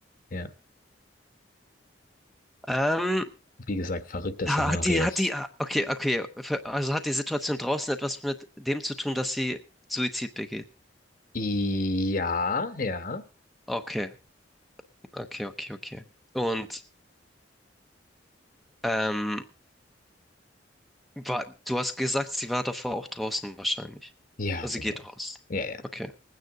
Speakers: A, on the left; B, in the centre.
A: Ja,
B: Ähm,
A: wie gesagt, verrücktes
B: ha-
A: Szenario.
B: hat die, hat die, ah, okay, okay. Ver- Also hat die Situation draußen etwas mit dem zu tun, dass sie Suizid begeht?
A: Ja, ja.
B: Okay, okay, okay, okay. Und ähm, war, du hast gesagt, sie war davor auch draußen wahrscheinlich.
A: Ja,
B: Also
A: genau.
B: sie geht raus.
A: Ja, ja.
B: Okay.